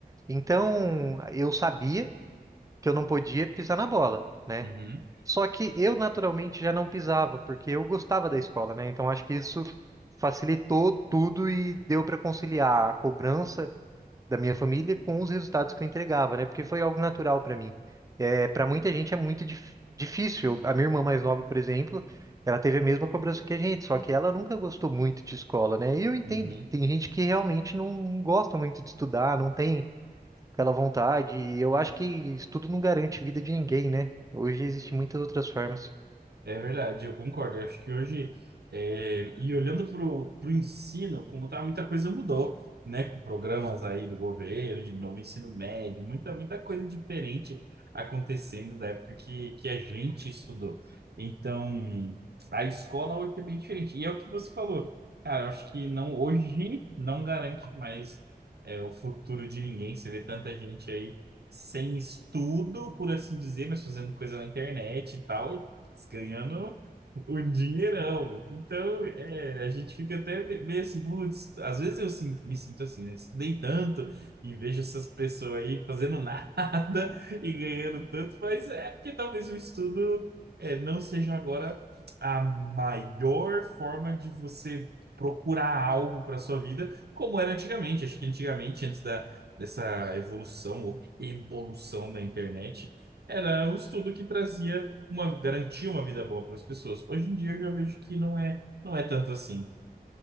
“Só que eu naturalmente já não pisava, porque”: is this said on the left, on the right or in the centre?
Right